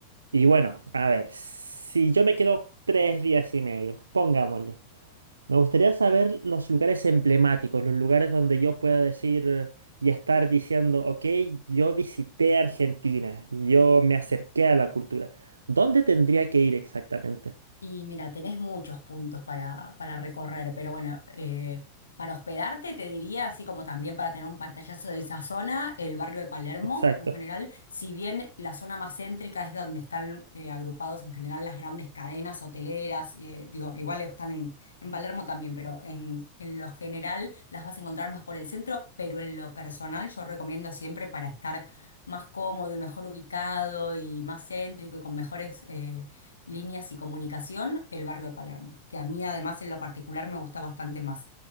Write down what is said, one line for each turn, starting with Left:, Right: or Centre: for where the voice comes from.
Right: y bueno, a ver, si yo me quedo tres días y medio, pongámosle. Me gustaría saber los lugares emblemáticos, los lugares donde yo pueda decir y estar diciendo, ok, yo visité Argentina, yo me acerqué a la cultura. ¿Dónde tendría que ir exactamente?
Left: Y mira, tenés muchos puntos para, para recorrer, pero bueno, eh, para hospedarte te diría, así como también para tener un pantallazo de esa zona, el barrio de Palermo
Right: Exacto.
Left: en general, si bien la zona más céntrica es donde están eh, agrupados en general las grandes cadenas hoteleras, eh, digo, igual están en, en Palermo también, pero en, en lo general las vas a encontrar más por el centro, pero en lo personal yo recomiendo siempre para estar más cómodo y mejor ubicado y más céntrico y con mejores... eh, líneas y comunicación, el barrio de Palermo, que a mí además en lo particular me gusta bastante más